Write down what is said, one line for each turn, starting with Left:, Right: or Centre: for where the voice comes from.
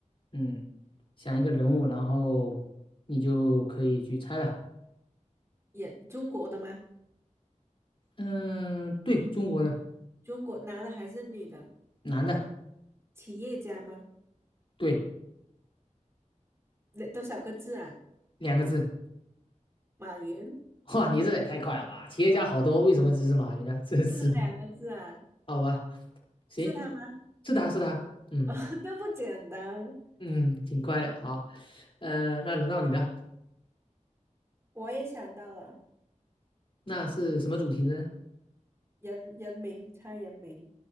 Left: 嗯，想一个人物，然后你就可以去猜了。
Right: 也中国的吗？
Left: 嗯，对，中国的
Right: 中国男的还是女的？
Left: 男的，
Right: 企业家吗？
Left: 对，
Right: 那多少个字啊？
Left: 两个字。
Right: 马云
Left: 哇，你这也太快了吧！企业家好多，为什么只是马云呢？真是的，
Right: 是他两个字啊？
Left: 好吧，行，
Right: 是他吗？
Left: 是他是他，
Right: <laughs>
Left: 嗯
Right: 哦，那不简单。
Left: 嗯，挺快的。好，呃，那轮到你了，
Right: 我也想到了，
Left: 那是什么主题的呢？
Right: 人人名猜人名，